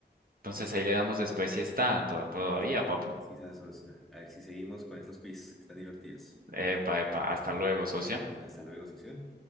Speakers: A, on the right; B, in the centre.
A: Entonces ahí le damos después si está to- todavía, papu.
B: Sí, sa, socio. A ver si seguimos con estos quiz. Están divertidos.
A: Epa, epa, hasta luego, socio.
B: Bien, bien. Hasta luego, socio.